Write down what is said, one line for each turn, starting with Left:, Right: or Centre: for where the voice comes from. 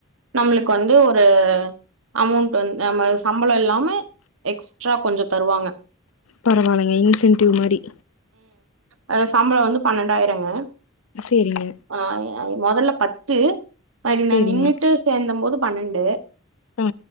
Right: நம்மளுக்கு வந்து ஒரு அமௌண்ட் வந்து நம்ம சம்பளம் இல்லாம எக்ஸ்ட்ரா கொஞ்சோ தருவாங்க
Left: பரவால்ங்க இன்சென்டிவ் மாரி
Right: அ சம்பளம் வந்து பன்னெண்டாயிரங்க
Left: சேரிங்க
Right: ஆஹ் மொதல்ல <unintelligible> து அது
Left: சேரிங்க
Right: நா நின்னுட்டு சேந்த போது பன்னெண் டு
Left: ஆ